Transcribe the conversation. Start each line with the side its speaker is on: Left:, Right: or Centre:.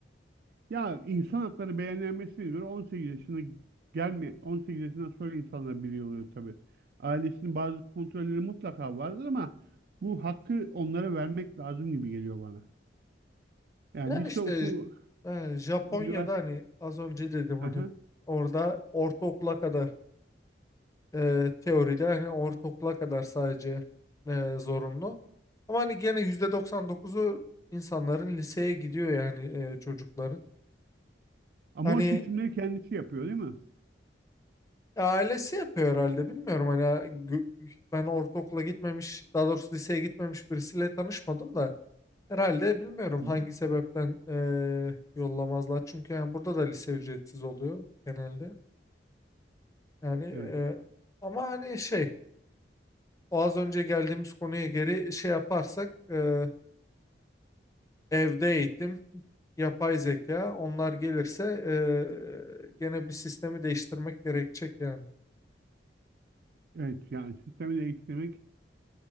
Right: Ya insan hakları beyannamesin'e göre 18 yaşına gelme 18 yaşından sonra insanlar birey oluyor tabii. Ailesinin bazı kontrolleri mutlaka vardır ama bu hakkı onlara vermek lazım gibi geliyor bana. Yani
Left: Yani
Right: lise
Left: işte
Right: oku
Left: e, Japonya'da
Right: üniversite
Left: hani az önce dedim hani
Right: Aha.
Left: orada ortaokula kadar e, teoride hani ortaokula kadar sadece e, zorunlu. Ama hani gene yüzde doksan dokuzu insanların liseye gidiyor yani e, çocukların.
Right: ama
Left: Hani
Right: o seçimleri kendisi yapıyor değil mi?
Left: ailesi yapıyor herhalde bilmiyorum hani gö- ben ortaokula gitmemiş daha doğrusu liseye gitmemiş birisiyle tanışmadım da herhalde bilmiyorum
Right: Hı
Left: hangi
Right: hı.
Left: sebepten e, yollamazlar. Çünkü yani burada da lise ücretsiz oluyor genelde. Yani e,
Right: Evet.
Left: ama hani şey o az önce geldiğimiz konuya geri şey yaparsak e, Evde eğitim, yapay zeka onlar gelirse eee, gene bir sistemi değiştirmek gerekecek yani.
Right: Evet yani sistemi değiştirmek